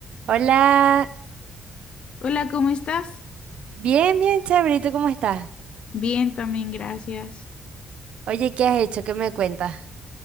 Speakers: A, on the right (about 70°); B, on the left (about 55°).
A: Hola,
B: Hola, ¿cómo estás?
A: bien, bien, chévere, ¿y tú cómo estás?
B: Bien, también, gracias.
A: Oye, ¿qué has hecho? ¿Qué me cuentas? <laughs>